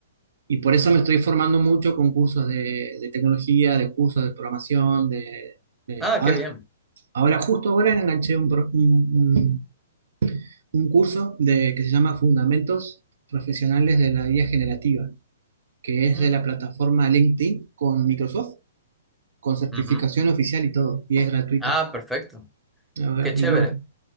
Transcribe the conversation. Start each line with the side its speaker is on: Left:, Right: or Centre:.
Right: Y por eso me estoy formando mucho con cursos de, de tecnología, de cursos de programación, de, de-
Centre: Ah,
Right: Ahora,
Centre: qué bien.
Right: ahora, justo ahora enganché un, pro- un- un- un curso de, que se llama Fundamentos Profesionales de la IA Generativa, que es
Centre: Mm,
Right: de la plataforma LinkedIn con Microsoft, con certificación
Centre: ujú.
Right: oficial y todo, y es gratuito.
Centre: Ah, perfecto.
Right: Ahora,
Centre: Qué chévere.
Right: Y bueno,